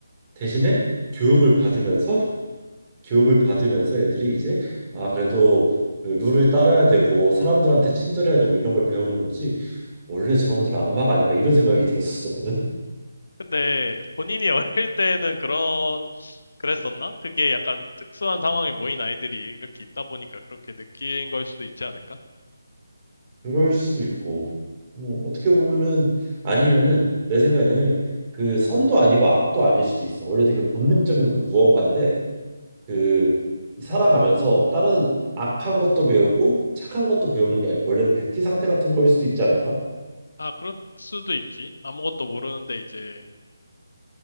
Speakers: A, on the right; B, on the left.
A: 대신에 교육을 받으면서 <laughs> 교육을 받으면서 애들이 이제 아 그래도 그 룰을 따라야 되고 사람들한테 친절해야 되고 이런 걸 배우는 거지. 원래 저놈들은 악마가 아닐까 이런 생각이 들었었거든.
B: 근데 본인이 <laughs> 어릴 때는 그런, 그랬었나? 그게 약간 특수한 상황에 모인 아이들이 이렇게 있다 보니까 그렇게 느낀 걸 수도 있지 않을까?
A: 그럴 수도 있고 뭐 어떻게 보면은 아니면은 내 생각에는 그 선도 아니고 악도 아닐 수도 있어 원래 되게 본능적인 그 무언가인데 그 살아가면서 다른 악한 것도 배우고 착한 것도 배우는 게 아니고 원래는 백지 상태 같은 거일 수도 있지 않을까
B: 아, 그럴 수도 있지. 아무것도 모르는데 이제